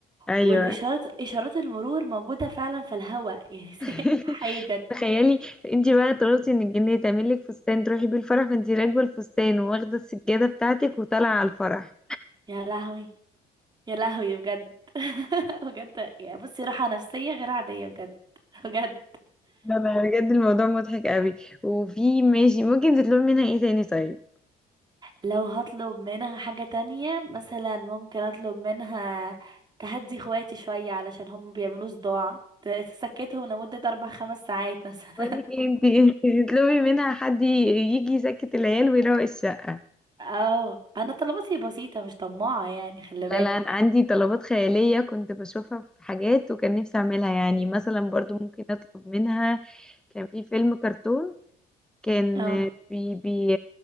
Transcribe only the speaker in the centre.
ايوه
<laughs>
تخيلي انت بقى طلبتي من الجنيه تعمل لك فستان تروحي بيه الفرح فانت راكبه الفستان وواخده السجاده بتاعتك وطالعه على الفرح
لا لا بجد الموضوع مضحك قوي وفي ماشي ممكن تطلبي منها ايه تاني طيب
بقول لك ايه انت <laughs> تطلبي منها حد يجي يسكت العيال ويروق الشقه
لا
لا انا عندي طلبات خياليه كنت بشوفها في حاجات وكان نفسي اعملها يعني مثلا برضو ممكن اطلب منها كان في فيلم كرتون كان
بي بي